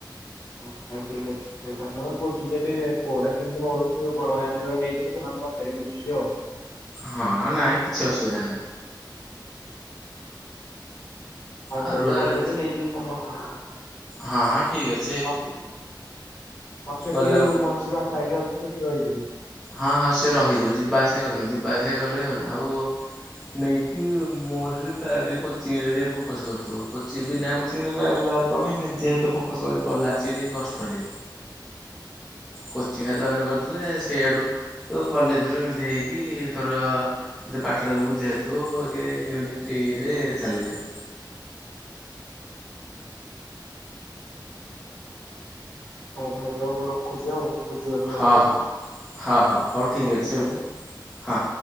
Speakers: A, on the left; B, in the centre.
A: ହଉ ଠିକ୍ ଅଛି। ସେଇଟା ମୁଁ ବୁଝୁଛି ଜେ କଉଟା କେମିତି ହଉଛି ଯୋଉ ବଡ ମାନେ ଯୋଉ ନେଇଥିଲେ ସେମାନଙ୍କ ପାଖରେ ବୁଝୁଛି ଆଉ।
B: ହଁ ନାଇଁ କିଛି ଅସୁବିଧା ନାହିଁ।
A: ଫାଇନାଲ୍
B: ଆଉ ରୁଆ
A: ତ କରିଦେବେ
B: ରୁଇ
A: ନେଇଜିବୁ କମର୍ସ।
B: ହଁ ଠିକ ଅ
A: ଆମର ସେଠି
B: ଗଲା
A: ରୁମ ଅଛି ବାପା ହେରିକା ଆଉ ସେଠି ରହିଯିବି।
B: ହଁ ହଁ ସେ ରହିଯିବ ଯିବା ଆସିବା କଲେନୁ ଯିବା ଆସିବା କଲେ କ ଆଉ ନେଇକି ମୋ ଟିକେ କୋଚିଂରେ ଟିକେ ଫୋକସ୍ କରିଥିବୁ। କୋଚି ବିନା କୋଚିଂ କଣ ନିଜେ ଏତେ ଫୋକସ କରି ପଡିଲା ସେ ଟିକେ କଷ୍ଟ ଟି। କୋଚିଂଟା ଜଏନ୍ କରିଦେଲେ ସେଇଆଡୁ କଲେଜ ରୁ ଏମିତି ହେଇକି ତୋର କେତେ ପାଠ ଟା ବୁଝା ହେଥିବ କି ଯେମିତି ଫ୍ରିରେ ଚାଲିଯିବ।
A: ହଉ ଭାଇ ଆଉ ରଖୁଛି ଆଉ ବୁଝଗଲେ
B: ହଁ
A: ସବୁଛି ଆଉ
B: ହଁ ହଁ ହଉ ହଉ ଠିକ୍
A: ରଖୁଛି
B: ଅଛି
A: ଆଉ।
B: ହଁ।